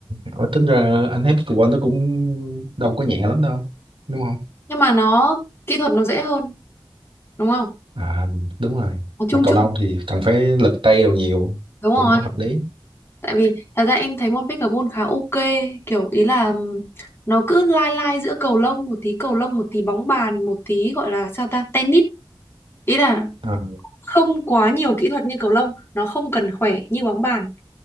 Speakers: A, on the right (about 80°); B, on the left (about 30°).
A: ở tính ra anh thấy pickleball nó cũng đâu có nhẹ lắm đâu. Đúng không?
B: Nhưng mà nó kỹ thuật nó dễ hơn, đúng không?
A: À, đúng rồi.
B: Nó chung
A: Mà cầu
B: chung.
A: lông thì cần phải lực tay đồ nhiều.
B: Đúng rồi.
A: Cũng hợp lý.
B: Tại vì thật ra em thấy môn pickleball khá ok, kiểu ý là nó cứ lai lai giữa cầu lông một tí, cầu lông một tí bóng bàn, một tí gọi là sao ta, tennis. Ý là
A: À,
B: không quá nhiều kỹ thuật như cầu lông, nó không cần khỏe như bóng bàn.